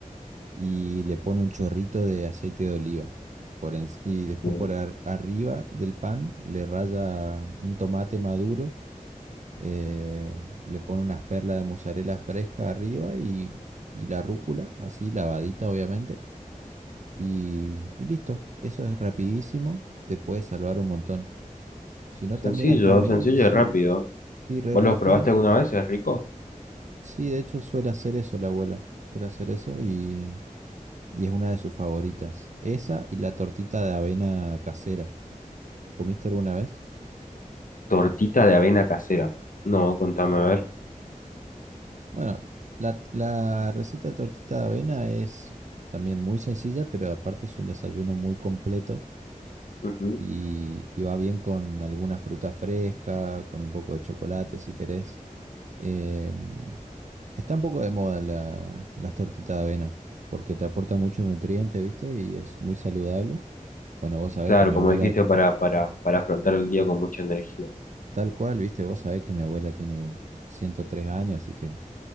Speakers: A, on the right (about 60°); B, on the left (about 75°).
A: y le pone un chorrito de aceite de oliva. Por enci- y después
B: Uh,
A: por ar- arriba del pan le raya un tomate maduro eh, le pone unas perlas de mozzarella fresca arriba y, y la rúcula, así lavadita obviamente, y, y listo. Eso es rapidísimo, te puede salvar un montón. Si no,
B: Sencillo,
A: también acá me...
B: sencillo
A: Sí,
B: y rápido.
A: sí, re
B: ¿Vos
A: rápido.
B: los probaste alguna vez? ¿Es rico?
A: Sí, de hecho suele hacer eso la abuela, suele hacer eso y, y es una de sus favoritas. Esa y la tortita de avena casera. ¿Comiste alguna vez?
B: Tortita de avena casera. No, contame, a ver.
A: Bueno, la, la receta de tortita de avena es también muy sencilla, pero aparte es un desayuno muy completo
B: Ujú.
A: y, y va bien con alguna fruta fresca, con un poco de chocolate si querés. Eh, está un poco de moda la- las tortitas de avena porque te aportan mucho nutriente, ¿viste? Y es muy saludable. Bueno, vos sabés
B: Claro,
A: que mi
B: como
A: abuela,
B: dijiste, para, para, para afrontar el día con mucha energía.
A: tal cual, ¿viste? Vos sabés que mi abuela tiene 103 años, así que